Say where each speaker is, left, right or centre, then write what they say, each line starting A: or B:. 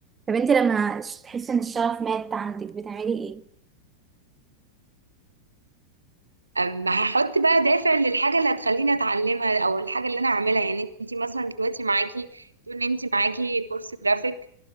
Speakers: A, on the right; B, on the right.
A: طب انت لما ش- تحسي ان الشغف مات عندك بتعملي ايه
B: أما هحط بقى دافع للحاجة اللي هتخليني اتعلمها او الحاجة اللي انا اعملها يعني انت مثلا دلوقتي معاكي تقول ان انت معاكي كورس جرافيك